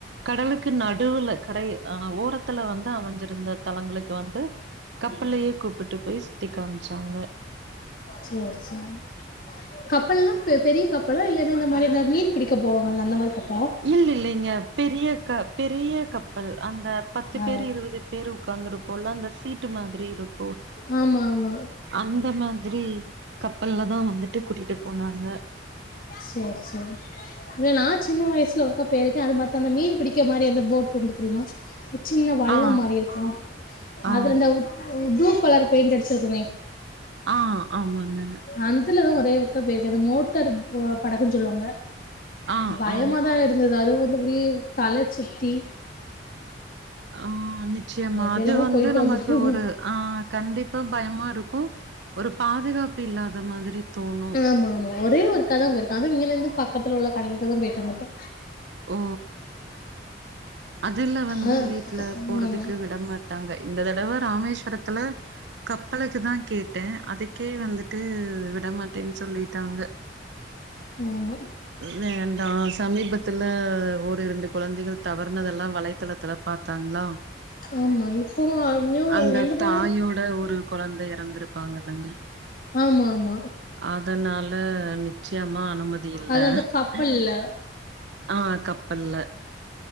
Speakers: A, on the right; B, on the left.
A: கடலுக்கு நடுவுல கரை ஆ ஓரத்துல வந்து அமைஞ்சிருந்த தலங்களுக்கு வந் ட்டு கப்பல்லயே கூப்புட்டு போய் சுத்தி காம்ச்சாங்க
B: சேரி சேரி கப் கப்பல்லா பெ பெரிய கப்பல்லா இல்லேன்னா இந்த மாரி இந்த மீன் புடிக்க போவாங்கல்ல அந்த மாரி கப்
A: இல்ல இல்லேங்க பெரிய கப் பெரிய கப்பல் அந்த பத்து
B: ஆ
A: பேர் இருவது பேர் உக்காந்து இருப்போல அந்த சீட்டு மாதிரி இருக்
B: ஆமா ஆமா
A: அந்த மாதரி கப்பல்ல தா வந்துட்டு கூட்டிட்டு போனாங்க
B: சேரி சேரி இல்ல நா சின்ன வயசுல ஒர்க்கா போயிருக்கே அது மாத் அந்த மீன் பிடிக்க மாரி எந்த போட் உண்டு தெரியுமா சின்ன வள்ளோ
A: ஆ
B: மாரி இருக்கு
A: ஆ
B: அதுல இந்த ப்ளூ கலர் பெயிண்ட் அடுச்சுருக்குமே
A: ஆ ஆமாங்க
B: அந்துலதா ஒரே ஒர்க்கா போய்ருக்கே அந்த மோட்டார் ம் படக்குன்னு சொல்லுங்க
A: ஆ
B: பயமாத
A: ஆ
B: இருந்தது அதுவு வந்து எப்டி தல சுத்தி
A: ஆ நிச்சயமா
B: எப்டி
A: அது
B: எல்லாமோ
A: வந்து
B: போயிட்டு
A: நமக்கு
B: வந்துருக்கோ
A: ஒரு ஆ கண்டிப்பா பயமா இருக்கும். ஒரு பாதுகாப்பு இல்லாத மாதிரி தோணும்.
B: ஆமா ஆமா ஒரே ஒருக்காதா போயிருக்க அது இங்கனர்ந்து பக்கத்து உள்ள கட்லுக்குதா போயிட்டு வந்துருக்கோ
A: ஓ அதுல வந்து
B: ஆ
A: வீட்டுல போறதுக்கு
B: ஆமா
A: விடமாட்டாங்க இந்த தடவ ராமேஸ்வரத்துல கப் ப்பளக்குதா கேட்டே அதுக்கே வந்துட்டு விடமாட்டேன்னு சொல்லிட்டாங்க
B: ஆமா
A: வேண்டா சமீபத்துல ஒரு இரண்டு குழந்தைகள் தவருனதெல்லா வலைத்தளத்துல பாத்தாங்ளா
B: ஆமா இப்போ நியூ
A: அந்த
B: ரெண்டு மூணு
A: தாயோட ஒரு கொழந்தை இறந்துருப்பாங்கலங்க
B: ஆமா ஆமா
A: அதனால அது நிச்சயமா நம்மது இல்ல
B: அது
A: அனுமதி
B: அந்த கப்பல்ல
A: இல்ல ஆ கப்பல்ல